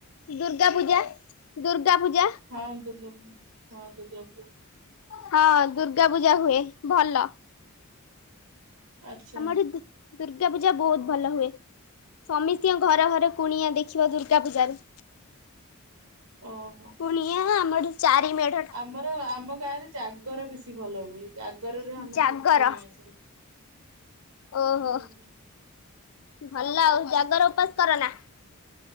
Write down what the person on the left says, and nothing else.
ଦୁର୍ଗା ପୂଜା ଦୁର୍ଗା ପୂଜା।
ହଁ ଦୁର୍ଗା ପୂଜା ହୁଏ ଭଲ।
ଆମ ଏଠି ଦୁର୍ଗା ପୂଜା ବହୁତ ଭଲ ହୁଏ। ସମୀସ୍ତିଙ୍କ ଘର ଘର କୁଣିଆ ଦେଖିବ ଦୁର୍ଗା ପୂଜାରେ।
କୁଣିିଆ ଆମର ଏଠି ଚାରି ମେଢ଼।
ଜାଗର।
ଓହୋ
ଭଲ ଆଉ ଜାଗର ଓପାସ କର ନା।